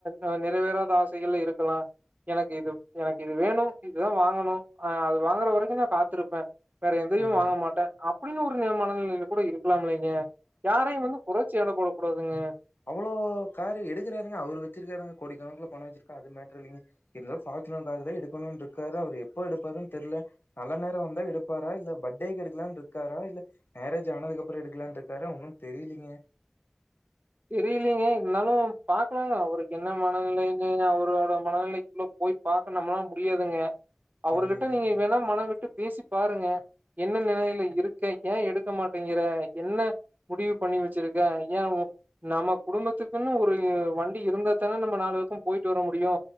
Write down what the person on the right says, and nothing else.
அ நிறைவேறாத ஆசைகள்ல இருக்கலா எனக்கு இது எனக்கு இது வேணு இதுதா வாங்கணு அ அது வாங்கற வரைக்கு நா காத்துருப்பே வேற எதையு
வாங்க
மாட்டே அப்டின்னு ஒரு ந மனநிலைல கூட இருக்கலாமி ல்லைங்க யாரையு வந்து குற ச்சி எட போடக்கூடாதுங்க
தெரியலைங்க இருந்தாலு பாக்கலாங்க அவருக்கு என்ன மனநிலைனு அவரு அவரோ மனநிலைக்குள்ள போய் பாக்க நம்மலா முடியாதுங்க அவர்கிட்ட
நீங்க வேணா மனவிட்டு பேசி பாருங்க என்ன நிலைல இருக்கே ஏன் எடுக்க மாட்டேங்கிற என்ன முடிவு பண்ணி வச்சிருக்க ஏ ‌ஓ நம்ம குடும்பத்துக்குனு ஒரு வண்டி இருந்தா தான நம்ம நாலு பக்க போயிட்டு வர முடியு